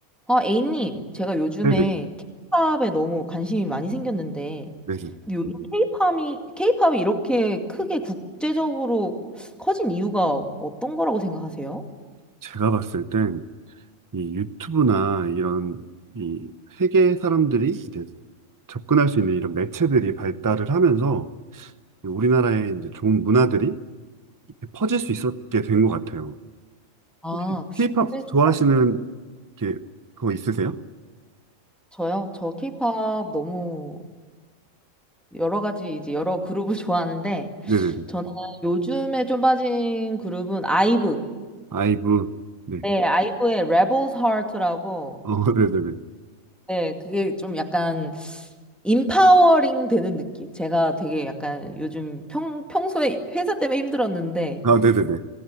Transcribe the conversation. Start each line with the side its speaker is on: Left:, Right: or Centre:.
Centre: 아, A님, 제가 요즘에
Right: 네네.
Centre: 케이팝에 너무 관심이 많이 생겼는데,
Right: 네네.
Centre: 근데 요즘 케이팝이, 케이팝이 이렇게 크게 국제적으로 커진 이유가 어떤 거라고 생각하세요?
Right: 제가 봤을 땐 이 유튜브나 이런 이 세계 사람들이 이제 접근할 수 있는 이런 매체들이 발달을 하면서 이 우리나라의 이제 좋은 문화들이 이렇게 퍼질 수 있었게 된 것 같아요.
Centre: 아,
Right: 혹시 케이팝
Centre: 근데 저,
Right: 좋아하시는 게 그거 있으세요?
Centre: 저요? 저 케이팝 너무 여러 가지, 이제 여러 그룹을 <laughs> 좋아하는데,
Right: 네네네.
Centre: 저는 요즘에 좀 빠진 그룹은 아이브.
Right: 아이브. 네.
Centre: 네, 아이브의 Rebel's Heart라고,
Right: 어, <laughs> 네네네.
Centre: 네, 그게 좀 약간 인파워링 되는 느낌? 제가 되게 약간 요즘 평, 평소에 회사 때문에 힘들었는데
Right: 아, 네네네.